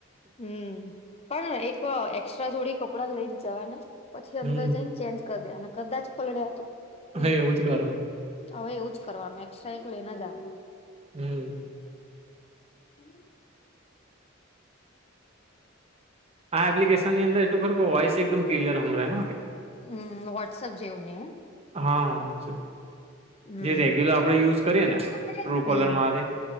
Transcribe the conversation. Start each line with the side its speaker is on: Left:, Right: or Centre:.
Left: હમ. પણ એક એક્સ્ટ્રા જોડી કપડાં લઈ જ જવા ને. પછી અંદર
Right: હમ
Left: જઈને ચેન્જ કરી દે અને કદાચ પલડ્યા તો.
Right: હ
Left: એવું
Right: જ કરું
Left: હવે એવું જ કરવાનું એક્સ્ટ્રા એક લેઈને જવાનું.
Right: હમ.
Left: હમ.
Right: આ એપ્લિકેશનની અદર એટલુ ખરુ વોઈસ એકદમ ક્લિયર હભરાય
Left: હમ વોટ્સઅપ જેવુ નહીં એમ
Right: હા.
Left: હમ
Right: જે રેગ્યુલર આપણે યુઝ
Left: હમ
Right: કરીએ ને ટ્રુ
Left: હમ
Right: કોલર માં